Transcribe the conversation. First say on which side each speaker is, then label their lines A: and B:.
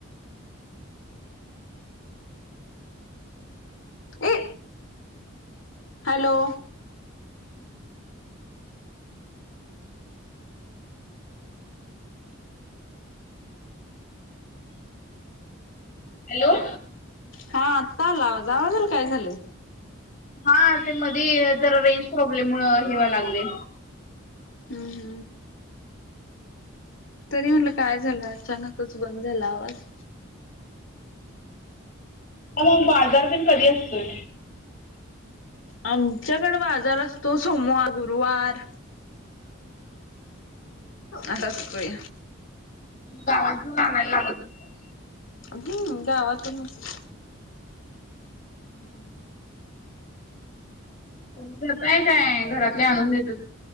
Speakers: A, on the left; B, on the left.
A: ए, हॅलो?
B: हॅलो.
A: हा. आत्ता आला आवाज. आवाजाला काय झालंय?
B: हा. ते मधे जरा रेंज प्रॉब्लेममुळे हे व्हायला लागलय.
A: हम् हम्म. तरी म्हटलं काय झालं? अचानकच बंद झाला आवाज.
B: ह मग बाजार पण कधी असतोय?
A: आमच्याकडे बाजार असतो सोमवार, गुरुवार. असा असतोय
B: गावात जाऊन आणाव लागत. असेल.
A: हम्म. गावातूनच.
B: हम्म. तुम्ही जाताय काय? घरातले आणून देतात.